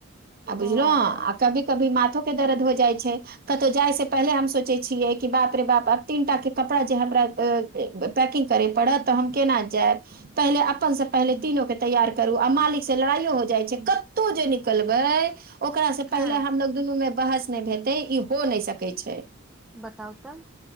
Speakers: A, on the right; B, in the centre.
A: आब बुझलो
B: हँ
A: आ कभी कभी माथो के द हो जाइ छै कतहु जाइ से पहिले हम सोचै छियै कि बाप रे बापब तीनटा के कपड़ा जे हमरा - पैकिंग करे पड़त त हम केना जायब पहिले अपन से पहिले तीनोक के तैयार करू आ मालिक से लड़ाइयो हो जाइ छैय, कत्तो जे निकलबै ओकरा से
B: हँ
A: पहिले हमलोग दुनू मे बहस नैह हेतै ई हो नैह सकै छैय।
B: बताउ त